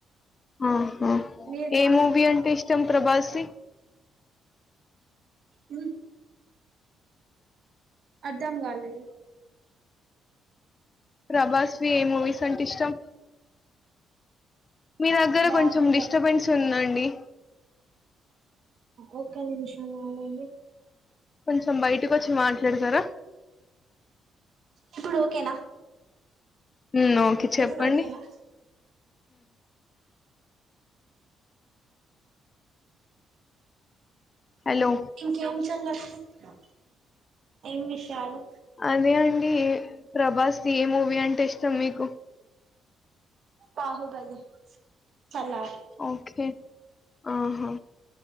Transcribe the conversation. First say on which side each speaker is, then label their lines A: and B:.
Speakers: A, on the left; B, on the right.
A: ఆహ
B: మీరు?
A: ఏ మూవీ అంటే ఇష్టం ప్రభాస్ధి.
B: ఉ అర్ధం కాలేదు.
A: ప్రభాస్ వి ఏ మూవీస్ అంటే ఇష్టం. మీ దగ్గర
B: బాహుబ
A: కొంచెం డిస్టర్బెన్స్ ఉందండి.
B: ఒక్క నిమిషం ఆగండి.
A: కొంచెం బయటకు వచ్చి మాట్లాడతారా.
B: ఇప్పుడు ఓకేనా.
A: ఉమ్ ఓకే చెప్పండి.
B: ఇప్పుడు ఓకేనా?
A: హలో!
B: ఇంకే విషయాలు చెప్పలే ఏం విషయాలు
A: అదే అండి ప్రభాస్ ది ఏ మూవీ అంటే ఇష్టం మీకు.
B: బాహుబలి సలార్
A: ఓకే ఆహా